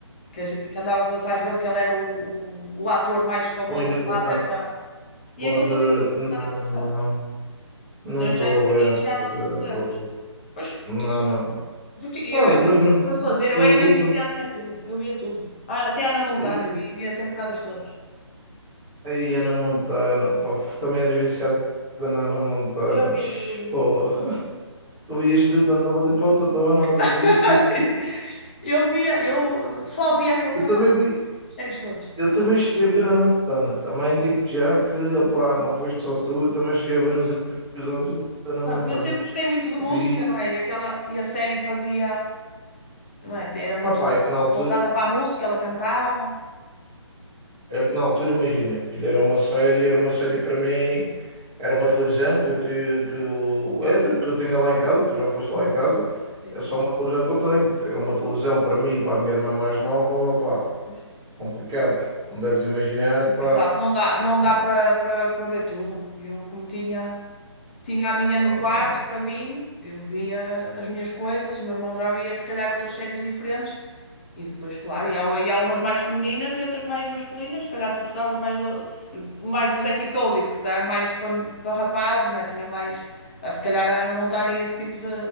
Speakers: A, on the left (about 20°); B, in the centre.
A: que, as- que andava tudo atrás dele, que ele era o, o, o ator mais famoso
B: O engravatado
A: de lá dessa. E
B: pode...
A: aquilo também tinha uma
B: Não,
A: história engraçada.
B: não, não. Não
A: Eu
B: estou
A: Já não,
B: a ver,
A: isso
B: não estou
A: já não
B: a ver, não
A: te
B: estou
A: lembras.
B: a ver.
A: Pois,
B: Não,
A: porque isso.
B: não.
A: Porque, e,
B: Pá,
A: eh,
B: lembro-me
A: como eu estou a dizer, eu
B: do.
A: era mesmo
B: Lembro-me.
A: viciada naquilo. Eu via tudo. Ah, Até Ana Montana,
B: eu lembro-me-
A: eu vi- via, temporadas todas.
B: Ai, Ana Montana, pá, f- também eras viciada na Ana Montana,
A: Eu via
B: tch,
A: tudo, eu via
B: porra.
A: tudo.
B: Tu vias tudo, não dava de hipótese, não dava nada,
A: <laughs>
B: vias tudo. tudo.
A: Eu via, eu só via aquele canal.
B: Eu também vi,
A: Séries todas.
B: eu
A: quando
B: também
A: era-
B: cheguei a ver Ana Montana. Também digo-te já que, opá, não foste só tu, eu também cheguei a ver uns episódios da Ana
A: Pá,
B: Montana.
A: porque Eu sempre gostei muito de música,
B: Vi,
A: não é? E, aquela, e a série fazia. Não é? Era muito
B: opá, é que na altura.
A: voltada para a música, ela cantava.
B: É que na altura, imagina, que era uma série, era uma série para mim, era uma televisão que eu, te- que eu- era, que eu tinha lá em casa, tu já foste
A: Hum.
B: lá em casa,
A: Sim.
B: é só uma televisão que eu tenho. Era uma televisão para mim e para a minha irmã mais nova, pá,
A: Pois.
B: complicado, como deves imaginar, pá.
A: Exato, não dá, não dá
B: Não
A: para para- para ver tudo. Eu, como tinha, tinha a minha no
B: dá,
A: quarto,
B: não dá, não dá.
A: para mim, eu via as minhas coisas, o meu irmão já via se calhar outras séries diferentes, E depois, claro, e há, e há umas mais femininas e outras mais masculinas. Se calhar tu gostavas mais do, mais do Zack e Cody, porque dá mais para para rapazes, não é? Tinha mais. ah, Se calhar a Hannah Montana e esse tipo de